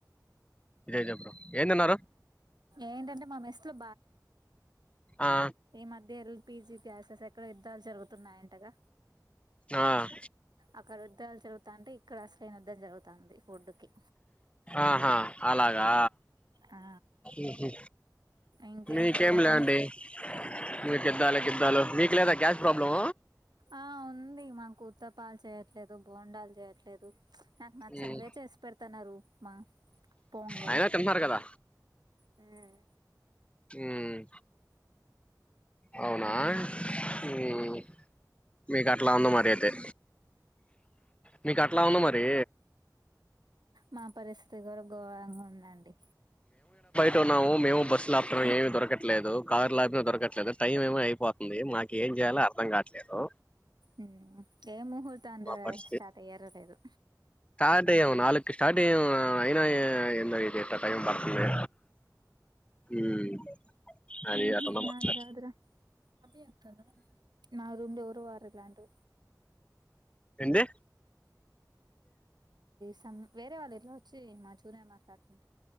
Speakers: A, on the left; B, on the right.
A: ఇదే చెప్పు బ్రో, ఏం తిన్నారు?
B: ఏంటంటే, మా మెస్‌లో ఈ
A: ఆ
B: మధ్య బాలేదు ఏపీజీ. గ్యాస్‌ ఎక్కడో యుద్ధాలు జరుగుతున్నాయి అంటగా.
A: ఆ.
B: అక్కడ యుద్ధాలు జరుగుతుంటే, ఇక్కడ అసలైన యుద్ధం జరుగుతది ఫుడ్‌కి.
A: ఆహా! అలాగా,
B: ఆ
A: ఉహు.
B: ఇంకేం
A: మీకేం
B: చేద్దాం
A: లెండి, మీకిద్దాల యుద్ధాలు మీకు లేదా గ్యాస్ ప్రాబ్లము?
B: ఆ ఉంది మాకు, ఊతప్పలు చేయట్లేదు, బొండాలు చేయట్లేదు. నాకు నచ్చనివే
A: హ్మ్
B: చేసి పెడుతున్నారు, ఉప్మా, పొంగల్.
A: అయినా తింటున్నారు కదా
B: మ్మ్.
A: మ్మ్, అవునా! మ్మ్, మీకు అట్లా ఉంది మరి అయితే. మీకు, అట్లా ఉంది మరి.
B: మా పరిస్థితి గూడ, ఘోరంగా ఉందండి.
A: టున్నాము మేము బస్సు లాపుతూనం, ఏమి దొరకట్లేదు. కారు లాపినా దొరకట్లేదు. టైం ఏం అయిపోతుంది. మాకు ఏం.. ఏం చేయాలో, అర్థం గాట్లేదు.
B: మ్మ్, ఏ ముహూర్తాన
A: పరిస్థితి
B: స్టార్ట్ అయ్యారో లేదో.
A: స్టార్ట్ అయ్యాము నా, నాలుగుకి స్టార్ట్ అయ్యాము. ఆ, అయినా ఏ ఏందో ఇది ఇటా. టైం పడుతుంది, ఉమ్. అది
B: ఉమ్,
A: అటున్న
B: హు నాది
A: ముచ్చట
B: కాదు రా. అభి అక్క దా. నా రూమ్‌ ఎవరూ వారూ. Plan two.
A: ఎంది?
B: సమ్ వెరే వాళ్లు ఇట్లా వచ్చి మెచుర్యా మాట్లాడుతున్.